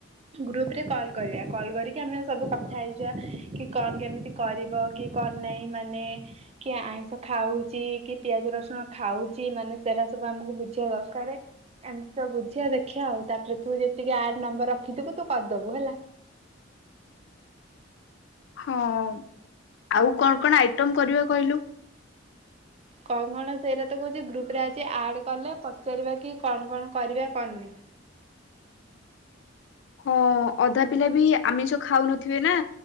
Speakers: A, on the right; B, on the left.
A: ଗ୍ରୁପରେ କଲ୍ କରିବା। କଲ୍ କରିକି ଆମେ ସବୁ କଥା ହେଇଯିବା କି କଣ କେମିତି କରି ବ କି କଣ ନାହିଁ? ମାନେ କିଏ ଆଇଁଷ ଖାଉଛି କି ପିଆଜ ରସୁଣ ଖାଉଚି ମାନେ ସେରା ସବୁ ଆମକୁ ବୁଝିବା ଦରକାର? ଏମିତି ସବୁ ବୁଝିଆ ଦେଖିବା ଆଉ ତାପରେ ତୁ ଯେତିକି ଆଡ ନମ୍ବର ରଖିଥିବୁ ତୁ କରିଦବୁ ହେଲା।
B: ହଁ ଆଉ କଣ କଣ ଆଇଟମ କରିବା କହିଲୁ?
A: କଣ କଣ ସେଇଟା ତ କହୁଛି ଗ୍ରୁପରେ ଆଜି ଆଡ଼ କଲେ ପଚାରିବା କି କଣ କଣ କରିବା କଣ ନାଇଁ।
B: ହଁ ଅଧା ପିଲା ବି ଆମିଷ ଖାଉନଥିବେ ନା